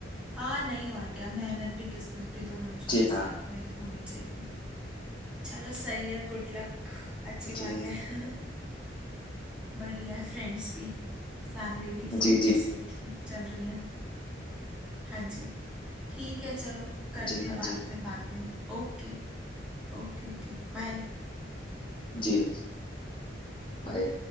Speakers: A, in the centre; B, on the left (about 25°).
A: हाँ नहीं और क्या मेहनत भी किस्मत भी दोनों चीजें
B: जी
A: साथ
B: हाँ
A: में होनी चाहिए चलो सही है गुड लक अच्छी
B: जी
A: बात है <laughs> बढ़िया है फ्रेंड्स भी फैमिली भी सब
B: जी
A: चीजें
B: जी
A: ठीक चल रही हैं हाँ जी ठीक है चलो करते
B: जी
A: हैं
B: हाँ
A: बात
B: जी
A: फिर बाद में ओके Okay okay bye
B: जी भाई